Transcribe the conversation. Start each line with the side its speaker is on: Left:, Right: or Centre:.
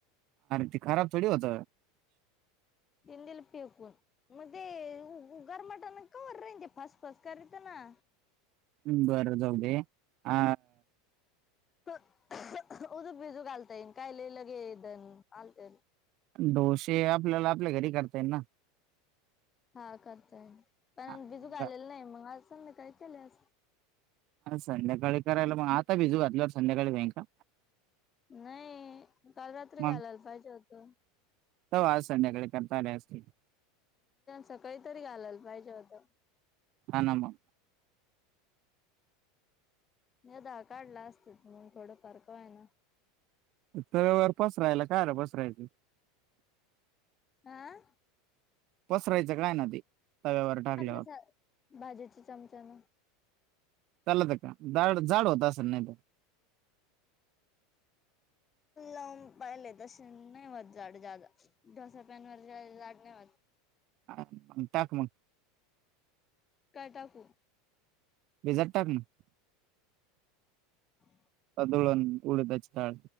Right: अरे ती खराब थोडी होत
Left: हमू मी दिलं पकून मग ते उगर मट ना कावरर रहिज फस फस करत ना हा
Right: हम बर जाऊदे आ
Left: उडिद भिजवून घालता येईन काय लगे न
Right: डोसे आपल्याला आपल्या घरी करताय ना
Left: हा करतय पण
Right: मग
Left: भिजून आलेलं नाही मग अआज संध्याकाळी केले असत
Right: संध्याकाळी करायला मग आता भिजू घातल्यावर संध्याकाळी काय का
Left: नाही काल रात्री
Right: मग
Left: घालायला पाहिजे होत
Right: तवा आज संध्याकाळी करता असते
Left: सकाळी तरी घालायला पाहिजे होत
Right: हा ना मग
Left: नाही काढला असत म्हूनन थोडं फार आहे ना
Right: तर पसरायला काय र पसरायचं
Left: आह
Right: पसरायचं काय ना ते तव्यावर टाकल्यावर
Left: आपल्या भाजीच्या चमच्याने
Right: चला तर का जाड होता असं नाही तर
Left: हम् पाहिले तसे नाही होत जाड ढोसा पॅन वर जाड नाही होत
Right: अ टाक मग
Left: काय टाकू
Right: भिजत टाक ना
Left: ह
Right: दुळून आणुन उडदाची डाळ